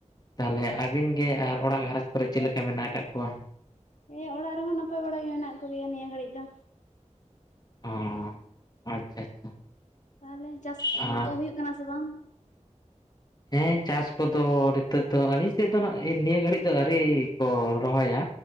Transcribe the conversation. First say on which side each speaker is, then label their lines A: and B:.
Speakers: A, on the left; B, on the left.
A: ᱛᱟᱦᱚᱞᱮ ᱟᱹᱵᱤᱱ ᱜᱮ ᱟᱨ ᱚᱲᱟᱜ ᱜᱷᱟᱨᱚᱸᱡᱽ ᱠᱚᱨᱮ ᱪᱮᱫᱞᱮᱠᱟ ᱢᱮᱱᱟᱜ ᱟᱠᱟᱫ ᱠᱚᱣᱟ
B: ᱦᱮᱸ ᱚᱲᱟᱜ ᱨᱮᱦᱚᱸ ᱱᱟᱯᱟᱭ ᱵᱟᱲᱟ ᱜᱮ ᱢᱮᱱᱟᱜ ᱠᱚᱜᱮᱭᱟ ᱱᱤᱭᱟᱹ ᱜᱷᱟᱹᱲᱤᱡ ᱫᱚ
A: ᱚ ᱟᱪᱪᱷᱟ ᱟᱪᱪᱷᱟ
B: ᱛᱟᱦᱚᱞᱮ ᱪᱟᱥ
A: ᱟᱨ
B: ᱫᱚ ᱦᱩᱭᱩᱜ ᱠᱟᱱᱟ ᱥᱮ ᱵᱟᱝ?
A: ᱦᱮᱸ ᱪᱟᱥ ᱠᱚᱫᱚ ᱱᱤᱛᱚᱜ ᱫᱚ ᱟᱹᱞᱤᱧ ᱥᱮᱫ ᱫᱚ ᱱᱟᱜ ᱱᱤᱭᱟᱹ ᱜᱷᱟᱹᱲᱤᱡ ᱫᱚ ᱟᱹᱨᱤ ᱠᱚ ᱨᱚᱦᱚᱭᱟ